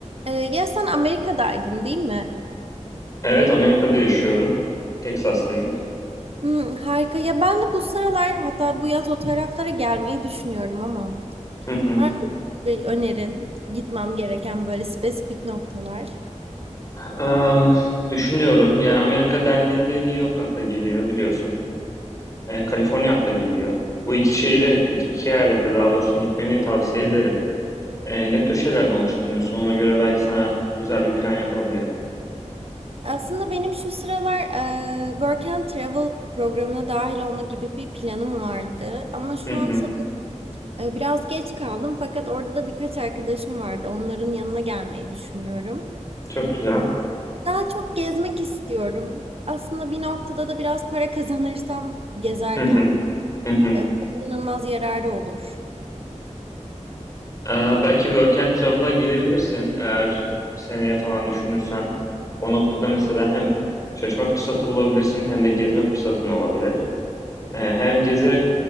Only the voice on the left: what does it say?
Evet, Amerika'da yaşıyorum. Texas'tayım.
Hı hı.
Am, düşünüyorum. Yani Amerika dendiğinde New York akla geliyor biliyorsun. E, Kaliforniya akla geliyor. Bu iki şehire, iki, iki eyalete daha doğrusu gitmeni tavsiye ederim. E, ne tür şeylerden hoşlanıyorsun? Ona göre belki sana güzel bir plan yapabilirim.
Hı hı.
Çok güzel.
Hı hı. Hı hı.
E, belki Work and Travel'a gelebilirsin eğer seneye falan düşünürsen. O noktada mesela hem çalışma fırsatı bulabilirsin hem de gezme fırsatın olabilir. Ee, Hem gezerek